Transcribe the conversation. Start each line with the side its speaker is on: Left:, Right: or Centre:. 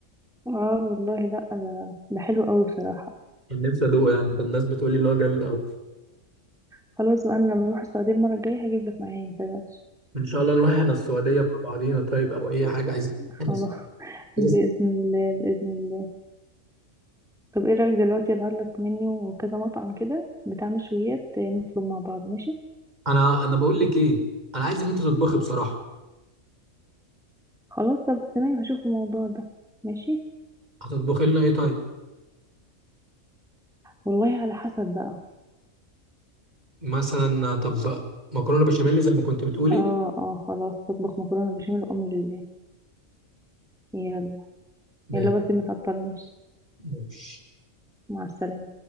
Centre: اه والله لا ده ده حلو قوي بصراحة
Right: كان نفسي ادوقه يعني كان الناس بتقول لي اللي هو جامد قوي
Centre: خلاص بقى انا لما اروح السعودية المرة الجاية هجيب لك معايا متقلقش
Right: ان شاء الله نروح احنا السعوديه مع بعضينا طيب او اي حاجه عايزين احنا
Centre: خلاص
Right: الس-
Centre: <laughs> بإذن
Right: عايز-
Centre: الله بإذن الله طب ايه رأيك دلوقتي ابعت لك منيو وكذا مطعم كده بتاع مشويات آه، نطلب مع بعض ماشي
Right: انا انا بقول لك ايه انا عايزك انت تطبخي بصراحه
Centre: خلاص طب تمام هشوف الموضوع ده ماشي
Right: هتطبخي لنا ايه طيب
Centre: والله على حسب بقى
Right: مثلا طب مكرونه بشاميل زي ما كنت بتقولي
Centre: اه اه خلاص هطبخ مكرونة بشاميل وأمر لله يلا
Right: ما-
Centre: يلا بس ما تعطلنيش
Right: ماشي
Centre: مع السلامة